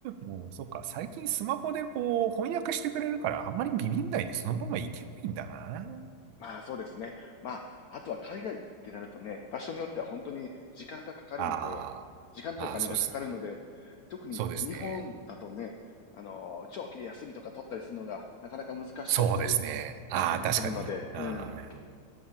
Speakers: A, on the right; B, on the left.
A: もう、そっか。最近スマホでこう、翻訳してくれるから、あんまりビビんないで、そのままいけばいいんだな。
B: まあそうですね。まあ、あとは海外ってなるとね、場所によっては本当に時間がかかるので、
A: ああ、
B: 時間とお金がかかるので、
A: ああ、そうですね。
B: 特に日本だとね、
A: そうですね。
B: あのー長期で休みとか取ったりするのがなかなか難しかったり、
A: そうですね。ああ、
B: うんするので、
A: 確かに。ああ、
B: うん。